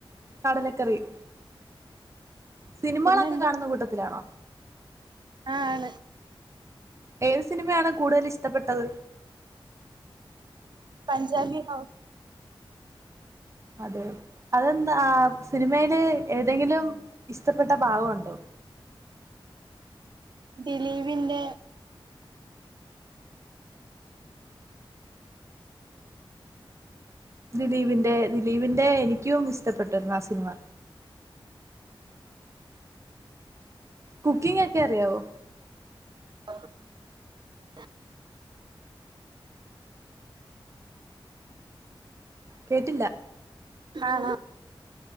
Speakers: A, on the right; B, on the right.
A: കടലക്കറിയും സിനിമകളൊക്കെ
B: പിന്നെന്താ
A: കാണുന്ന കൂട്ടത്തിലാണോ
B: ആ ആണ്
A: ഏത് സിനിമയാണ് കൂടുതൽ ഇഷ്ടപ്പെട്ടത്
B: പഞ്ചാബി ഹൗസ്
A: അതെ അതെന്താ സിനിമയില് ഏതെങ്കിലും ഇഷ്ടപ്പെട്ട ഭാഗമുണ്ടോ
B: ദിലീപിന്റെ
A: ദിലീപിൻ്ന്റെ ദിലീപിന്റെ എനിക്കും ഇഷ്ടപ്പെട്ടിരുന്നു ആ സിനിമ. കുക്കിംഗ ഒക്കെ അറിയാവോ?
B: ആഹ് <unintelligible>
A: കേട്ടില്ല
B: ആഹ് ഹാ